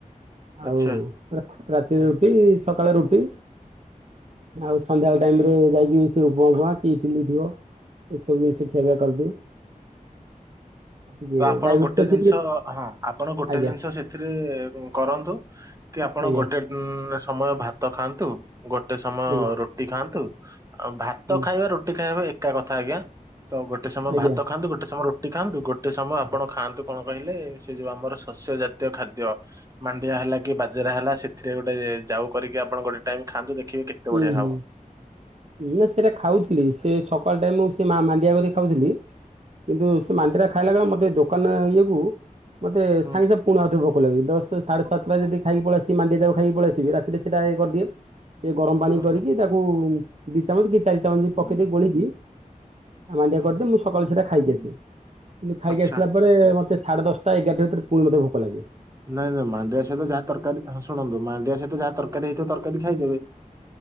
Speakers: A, on the right; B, on the right.
A: ଆଉ
B: ଆଚ୍ଛା।
A: ରା-ରାତି ରୁଟି ସକାଳେ ରୁଟି। ଆଉ ସନ୍ଧ୍ୟାବେଳେ ଟାଇମରେ ଯାଇକି ସେ ବୋଉ ଭୁଆଁ <unintelligible> କି ଇଟିଲି ଥିବ। ଏ ସବୁ ମିସି ଖେଳ କରିଦିଏ। ଆଉ ଟିକେ
B: ତ ଆପଣ
A: ଡାଇବେଟିସ୍
B: ଗୋଟେ
A: ଅଛି
B: ଜିନିଷ
A: ଟିକେ
B: ହଁ ଆପଣ ଗୋଟେ
A: ଆଜ୍ଞା
B: ଜିନିଷ ସେଥିରେ କରନ୍ତୁ। କି ଆପଣ
A: ଆଜ୍ଞା
B: ଗୋଟେ ସମୟ ଭାତ ଖାଆନ୍ତୁ। ଗୋଟେ ସମୟ
A: ଆଜ୍ଞା
B: ରୁଟି ଖାଆନ୍ତୁ। ଆଉ ଭାତ
A: ହୁଁ
B: ଖାଇବା ରୁଟି ଖାଇବା ଏକା କଥା ଆଜ୍ଞା ତ ଗୋଟେ ସମୟ
A: ଆଜ୍ଞା
B: ଭାତ ଖାଆନ୍ତୁ। ଗୋଟେ ସମୟ ରୁ ଟି ଖାଆନ୍ତୁ ଗୋ ଟେ ସମୟ ଆପଣ ଖାଆନ୍ତୁ କଣ କହିଲେ ସେ ଯୋଉ ଆମର ଶସ୍ୟ ଜାତୀୟ ଖାଦ୍ୟ ମାଣ୍ଡିଆ ହେଲା କି ବାଜ ରା ହେଲା ସେଥିରେ ଗୋଟେ ଯାଉ କରିକି ଆପଣ ଗୋଟେ ଟାଇମ୍ ଖାଆନ୍ତୁ ଦେଖିବେ କେତେ
A: ହୁଁ
B: ବଢିଆ
A: ହୁଁ
B: ହବ।
A: ହୁଁ ନା ସେଇଟା ଖାଉଥିଲି ସେ ସକାଳ ଟାଇମ୍ ମୁଁ ସେ ମା ମାଣ୍ଡିଆ କରିିକ ଖାଉଥିଲି କିନ୍ତୁ ସେ ମାଣ୍ଡିଆ ଖାଇଲା ବେଳେ ମୋତେ ଦୋକାନ ଇଏକୁ ମତେ
B: ହୁଁ
A: ସାଙ୍ଗେ ସାଙ୍ଗେ ପୁଣି ଆଉଥିବ ଭୋକ ଲାଗିବ ଜଷ୍ଟ ସାଢେ ସାତଟା ଯଦି ଖାଇ ପଳେଇ ଆସିଥିବି ମାଣ୍ଡି ଯାଉକୁ ଖାଇ ପଳେଇ ଆସିଥିବି ରାତିରେ ସେ ଇଏ କରିଦିଏ ସେ ଗରମ ପାଣି
B: ହୁଁ
A: କରିକି
B: ହୁଁ
A: ତାକୁ ଦି ଚାମଚ କି ଚାରି ଚାମଚ ପକେଇ ଦେଉଇକି ଗୋଳିକି ଆଉ ମାଣ୍ଡିଆ
B: ହୁଁ
A: କରିଦିଏ
B: ହୁଁ।
A: ମୁଁ ସକାଳୁ ସେଇଟା ଖାଇକି ଆସେ କିନ୍ତୁ ଖାଇକି
B: ଆଚ୍ଛା
A: ଆସିଲା ପରେ ମତେ ସାଢେ ଦଶଟା ଟା ଏଗାରଟା ଭିତରେ ପୁଣି ମତେ ଭୋକ ଲାଗିବ।
B: ନାଇଁ ନାଇଁ ମାଣ୍ଡିଆ ସହିତ ଯାହା ତରକାରୀ ହଁ ଶୁଣନ୍ତୁ ମାଣ୍ଡିଆ ସହିତ ଯାହା ତରକାରୀ ହେଇଥିବ ତରକାରୀ ଖାଇଦେବେ।